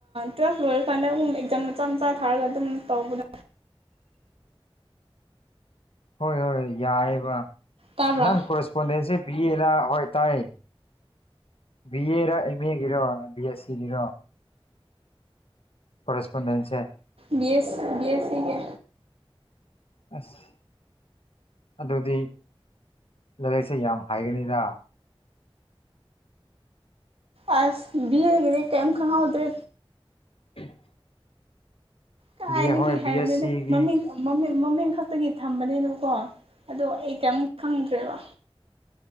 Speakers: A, on the right (about 75°); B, on the left (about 70°).
A: ꯇꯨꯋꯦꯜꯐ ꯂꯣꯏꯔꯀꯥꯟꯗ ꯎꯨ ꯑꯦꯛꯖꯥꯝ ꯃꯆꯥ ꯃꯆꯥ ꯊꯥꯔꯒ ꯑꯗꯨꯝ ꯇꯧꯕꯗ
B: ꯍꯣꯏ ꯍꯣꯏ ꯌꯥꯏꯑꯕ
A: ꯇꯥꯕ꯭ꯔꯥ
B: ꯅꯪ ꯀꯣꯔꯦꯁꯄꯣꯟꯗꯦꯟꯁꯦ ꯕꯤꯌꯦꯅ ꯍꯣꯏ ꯇꯥꯏ ꯕꯤ ꯑꯦꯔ ꯑꯦꯝ ꯑꯦꯒꯤꯔꯣ ꯕꯤ ꯑꯦꯁ ꯁꯤꯒꯤꯔꯣ ꯀꯣꯔꯦꯁꯄꯣꯟꯗꯦꯟꯁꯦ
A: ꯕꯤ ꯑꯦꯁ ꯕꯤ ꯑꯦꯁ ꯁꯤꯒꯤ
B: ꯑꯁ ꯑꯗꯨꯗꯤ ꯂꯥꯏꯔꯤꯛꯁꯦ ꯌꯥꯝ ꯍꯥꯏꯒꯅꯤꯗ
A: ꯑꯁ ꯕꯤꯑ‌ꯦꯒꯤꯗꯤ ꯀꯦꯝ ꯈꯪꯍꯧꯗꯦ
B: <inaudible>
A: ꯀꯥꯏꯅꯗꯒꯤ
B: ꯕꯤ ꯑꯦ ꯍꯣꯏ
A: ꯍꯥꯏꯌꯨꯅꯦꯗ
B: ꯕꯤ ꯑꯦꯁ ꯁꯤꯒꯤ
A: ꯃꯃꯤꯡ ꯃꯃꯤꯡ ꯃꯃꯤꯡ ꯈꯛꯇꯒꯤ ꯊꯝꯕꯅꯦꯅꯕꯀꯣ ꯑꯗꯣ ꯑꯩ ꯀꯩꯝ ꯈꯪꯗ꯭ꯔꯦꯕ